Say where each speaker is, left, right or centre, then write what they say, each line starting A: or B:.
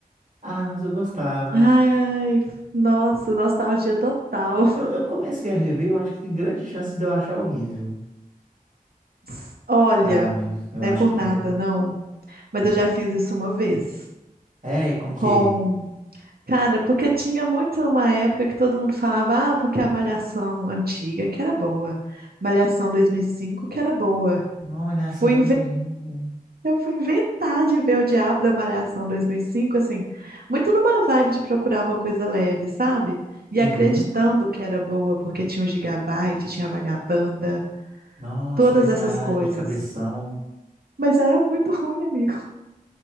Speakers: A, on the right; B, on the right.
A: Ah, mas eu gostava.
B: Ai, nossa, nostalgia total.
A: Eu, eu comecei a rever, eu acho que tem grandes chances de eu achar horrível,
B: <laughs> Olha,
A: sabe? Eu
B: não
A: acho
B: é por
A: que tem.
B: nada, não. Mas eu já fiz isso uma vez.
A: É, com que?
B: Com. Cara, porque tinha muito uma época que todo mundo falava, ah, porque a Malhação antiga que era boa. Malhação 2005 que era boa.
A: Não, Malhação
B: Fui
A: era horrível.
B: Eu fui inventar de ver o Diabo da Malhação 2005 assim, muito numa vibe de procurar uma coisa leve, sabe? E
A: Uhum.
B: acreditando que era boa, porque tinha o Gigabyte, tinha a Vagabanda,
A: Nossa,
B: todas
A: verdade,
B: essas coisas.
A: cabeção.
B: Mas era muito ruim, amigo.